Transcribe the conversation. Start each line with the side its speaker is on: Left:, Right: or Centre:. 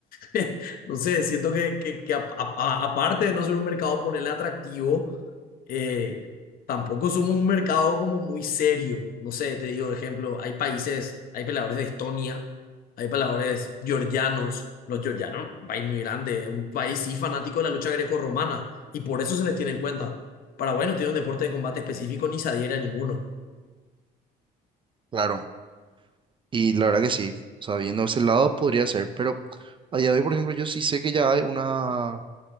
Left: <laughs> no sé, siento que, que, que a- a- aparte de no ser un mercado ponerle atractivo, eh, tampoco somos un mercado como muy serio. No sé, te digo, de ejemplo, hay países, hay peleadores de Estonia hay peleadores georgianos, los georgianos, un país muy grande, un país sí fanático de la lucha greco-romana, y por eso se les tiene en cuenta. Paraguay no tiene un deporte de combate específico ni se adhiere a ninguno,
Right: claro, y la verdad que sí, o sea, viendo ese lado podría ser, pero a día de hoy, por ejemplo, yo sí sé que ya hay una,